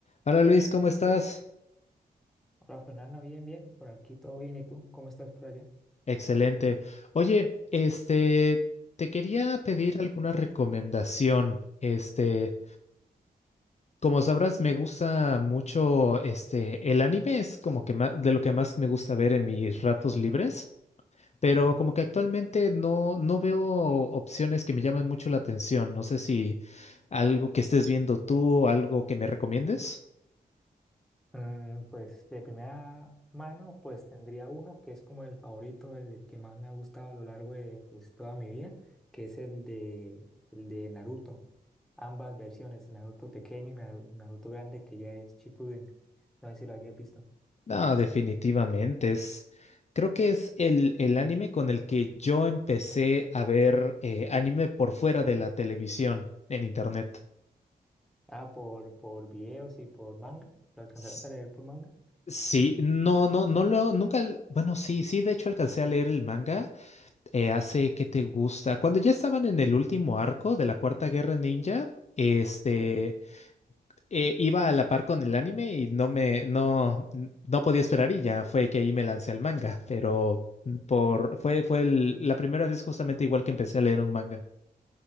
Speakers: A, on the left (about 40°); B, in the centre.
A: Hola Luis, ¿cómo estás?
B: Hola Fernanda, bien, bien, por aquí todo bien. ¿Y tú? ¿Cómo estás por allá?
A: Excelente. Oye, este, te quería pedir alguna recomendación. Este, como sabrás, me gusta mucho, este, el anime es como que ma- de lo que más me gusta ver en mis ratos libres, pero como que actualmente no, no veo opciones que me llamen mucho la atención. No sé si algo que estés viendo tú o algo que me recomiendes.
B: Mm, pues de primera mano, pues tendría uno que es como el favorito, el que más me ha gustado a lo largo de pues toda mi vida, que es el de el de Naruto. Ambas versiones, Naruto pequeño y Naru- Naruto grande, que ya es Shippuden. No sé si lo hayas visto.
A: No, definitivamente es. Creo que es el, el anime con el que yo empecé a ver eh, anime por fuera de la televisión en internet.
B: Ah, por, por videos y por manga. ¿Lo alcanzaste
A: S-
B: a leer por manga?
A: Sí, no, no, no lo, nunca, al- bueno, sí, sí, de hecho alcancé a leer el manga eh, hace qué te gusta. Cuando ya estaban en el último arco de la Cuarta Guerra Ninja, este.
B: Sí.
A: eh, iba a la par con el anime y no me, no, no podía esperar y ya fue que ahí me lancé al manga, pero por, fue, fue el- la primera vez justamente igual que empecé a leer un manga.